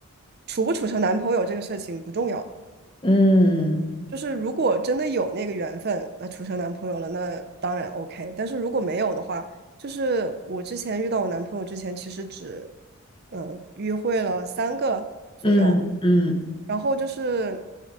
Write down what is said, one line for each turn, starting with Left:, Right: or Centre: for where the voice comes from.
Right: 处不处成男朋友这个事情不重要，
Left: 嗯
Right: 就是如果真的有那个缘分，那处成男朋友了，那当然 OK。但是如果没有的话，就是我之前遇到我男朋友之前，其实只嗯、呃约会了三个左右，
Left: 嗯嗯
Right: 然后就是